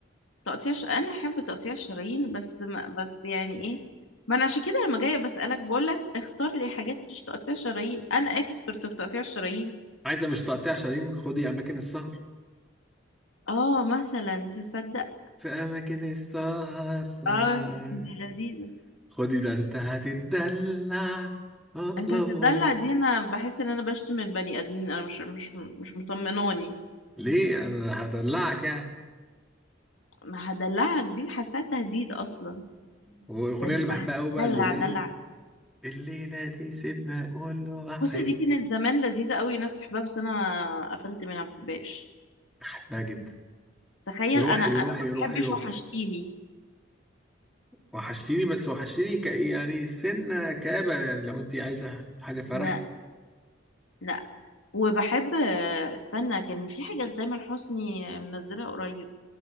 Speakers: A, on the left (about 80°); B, in the centre.
A: تقطيع ش... انا احب تقطيع الشرايين بس ما... بس يعني ايه ما انا عشان كده لما جايه بسالك بقول لك اختار لي حاجات مش تقطيع شرايين انا اكسبرت في تقطيع الشرايين
B: عايزة مش تقطيع شرايين خدي أماكن السهر
A: اه مثلا تصدق
B: في أماكن السهر <laughs>
A: اه دي لذيذه
B: خدي ده انت هتتدلع اطلب
A: انت هتدلع
B: وات
A: دي انا بحس ان انا بشتم البني ادمين انا مش مش مش مطمناني
B: ليه انا هدلعك يعني
A: ما هدلعك دي حاساها تهديد اصلا
B: والاغنيه
A: ده انت
B: اللي بحبها قوي
A: هتدلع
B: بقى الليله
A: دلع
B: دي الليله دي سيبنا اقول له واحد
A: بصي دي كانت زمان لذيذه قوي ناس بتحبها بس انا قفلت منها ما بحبهاش
B: بحبها جدا
A: تخيل
B: روحي
A: انا انا
B: روحي
A: ما بحبش
B: روحي روحي
A: وحشتيني
B: وحشتيني بس وحشتيني ك يعني سنه كابه يعني لو انت عايزه حاجه فرح
A: انا لا وبحب استنى كان في حاجة لتامر حسني منزلها قريب